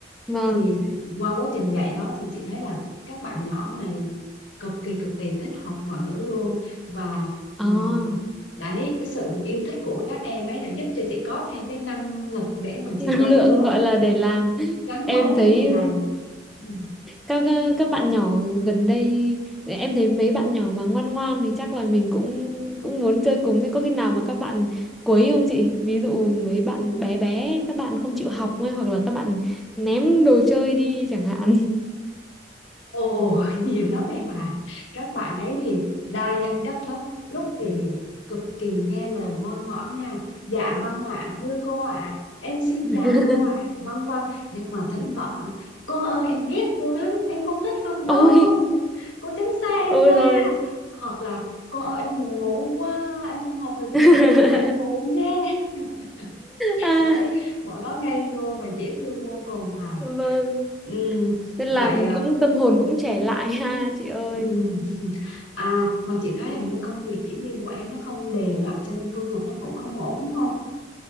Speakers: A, in the centre; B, on the left.
A: vâng
B: thì qua quá trình dạy đó thì chị thấy là các bạn nhỏ này cực kỳ cực kỳ thích học ngoại ngữ luôn và mình
A: à
B: đấy cái sự yêu thích của các em ấy đã giúp cho chị có thêm cái năng lực để mà
A: <laughs>
B: chị
A: năng
B: gắn
A: lượng
B: bó
A: gọi
B: với
A: là
B: cái,
A: để làm
B: gắn
A: em
B: bó cái
A: thấy
B: nghề này Ừ.
A: các ờ, các bạn nhỏ gần đây em thấy mấy bạn nhỏ mà ngoan ngoan thì chắc là mình cũng cũng muốn chơi cùng thế có khi nào mà các bạn quấy không chị ví dụ mấy bạn bé bé các bạn không chịu học ấy hoặc là các bạn ném đồ chơi đi chẳng hạn
B: Ồ <laughs> nhiều lắm em ạ Các bạn ấy thì đa nhân cách lắm Lúc thì cực kỳ nghe lời ngoan ngoãn nha Dạ vâng ạ thưa cô ạ Em xin
A: <laughs>
B: chào cô ạ Vâng vâng Nhưng mà thỉnh thoảng bạn, Cô ơi em ghét cô lắm Em không thích học đâu
A: ôi
B: Cô tránh xa em
A: ôi
B: ra
A: rồi
B: Hoặc là cô ơi em buồn ngủ quá Em không học được
A: <laughs>
B: nữa Cô cho em ngủ nhé <laughs>
A: à,
B: Đấy bọn nó ngây ngô và dễ thương vô cùng à
A: vâng
B: Ừ,
A: nên
B: vậy
A: làm
B: à,
A: cũng tâm hồn cũng trẻ lại ha chị ơi
B: Ừm. À, mà chị thấy hình như công việc diễn viên của em nó không đều đặn cho nên thu nhập nó cũng không ổn đúng không?